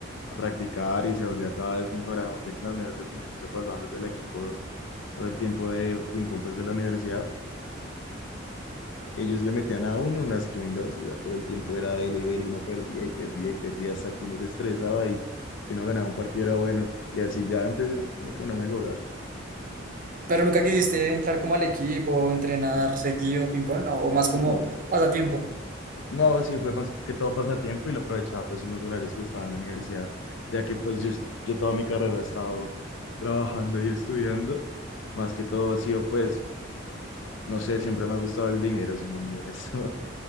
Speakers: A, on the left; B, on the right.
A: a practicar y se volvía cada vez mejor, además de que en las mesas de ping-pong se pasaban desde el equipo todo el tiempo de ping-pong pues de la universidad Ellos le metían a uno unas tundas, o sea, todo el tiempo era dele y dele, y uno perdía y perdía y perdía hasta que uno se estresaba y que uno ganaba un partido era bueno, y así ya empezó como que una mejora.
B: Pero nunca quisiste entrar como al equipo, entrenar seguido ping-pong, ¿no? O más como
A: No,
B: pasatiempo.
A: no, sí fue más que todo pasatiempo y lo aprovechaba pues en los horarios que estaba en la universidad, ya que pues yo, yo toda mi carrera he estado trabajando y estudiando, más que todo ha sido pues, no sé, siempre me ha gustado el dinero, siendo muy honesto.